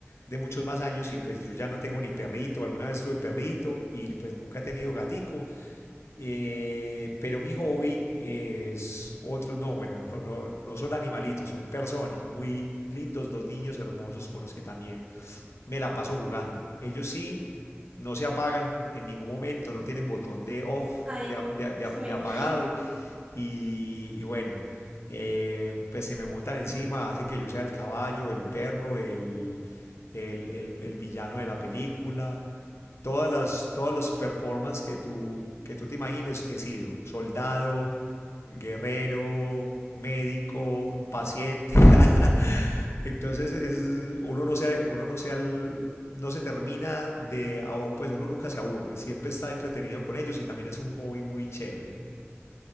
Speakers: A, on the left; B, on the right.
A: de muchos más años y pues yo ya no tengo ni perrito. Alguna vez tuve perrito y pues nunca he tenido gatico. Eh, pero mi hobby es otros, no, bueno, no, no, no son animalitos, son personas muy lindos, dos niños hermosos con los que también me la paso jugando. Ellos sí no se apagan en ningún momento, no tienen botón de off,
B: Ay,
A: de,
B: me,
A: ap- de- de
B: sí,
A: ap-
B: me
A: de
B: imagino,
A: apagado.
B: <laughs>
A: Y, y bueno, eh, pues se me montan encima, hacen que yo sea el caballo, el perro, el, el, el- el villano de la película. Todas las, todas las performances que tú, que tú te imagines he sido. Soldado, guerrero, médico, paciente. <laughs> Entonces es, uno no se, uno no se, al- no se termina de, ahor- pues uno nunca se aburre, siempre está entretenido con ellos y también es un hobby muy chévere.